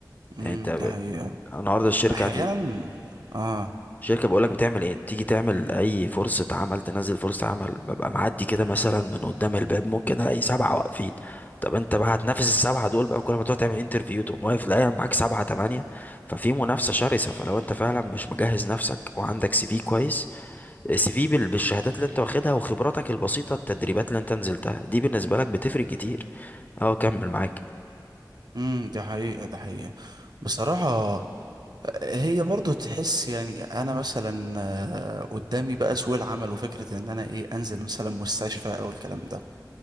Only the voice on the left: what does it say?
يعني انت ب-
النهارده الشركة
عندي
شركة بقولك بتعمل ايه تيجي تعمل اي فرصة عمل تنزل فرصة عمل ببقى معدي كده مثلا من قدام الباب ممكن الاقي سبعة واقفين طب انت بقى هتنافس السبعة دول بقى كل ما تقعد تعمل انترفيو تقوم واقف لا معاك سبعة تمانية ففي منافسة شرسة فلو انت فعلا مش مجهز نفسك وعندك سي في كويس سي في بال- بالشهادات اللي انت واخدها وخبراتك البسيطة التدريبات اللي انت نزلتها دي بالنسبة لك بتفرق كتير اه كمل معاك